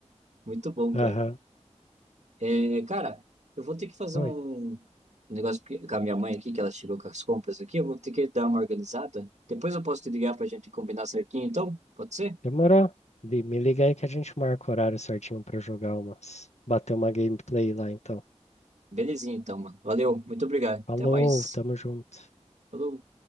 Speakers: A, on the right; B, on the left.
A: Muito bom,
B: Aham.
A: cara. É, cara, eu vou ter que fazer
B: Oi.
A: um, um negócio porque- com a minha mãe aqui, que ela chegou com as compras aqui. Eu vou ter que dar uma organizada. Depois eu posso te ligar pra gente combinar certinho, então? Pode ser?
B: Demorou? Vi, me liga aí que a gente marca o horário certinho pra jogar umas. Bater uma gameplay lá então.
A: Belezinha, então, mano. Valeu, muito obrigado.
B: Falou,
A: Até mais.
B: tamo junto.
A: Falou.